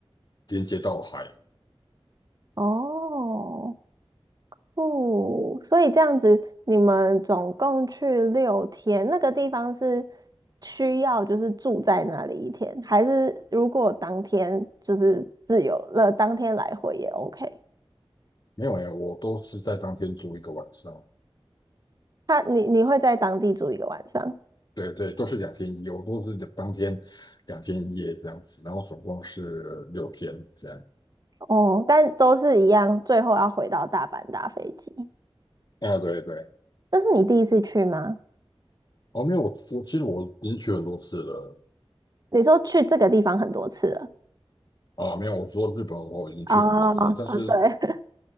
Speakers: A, on the left (about 45°); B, on the right (about 40°).
A: 连接到海。
B: 哦，哦，所以这样子，你们总共去六天，那个地方是需要就是住在那里一天，还是如果当天就是自由了，当天来回也 OK？
A: 没有哎，我都是在当天住一个晚上。
B: 他你你会在当地住一个晚上？
A: 对对，都是两天一夜，我都是当天两天一夜这样子，然后总共是六天这样。
B: 哦，但都是一样，最后要回到大阪搭飞机。
A: 啊，对对，
B: 这是你第一次去吗？
A: 哦，没有，我我其实我已经去很多次了
B: 你说去这个地方很多次了。
A: 啊，没有，我说日本我已经去很多次了但是
B: 啊啊，对，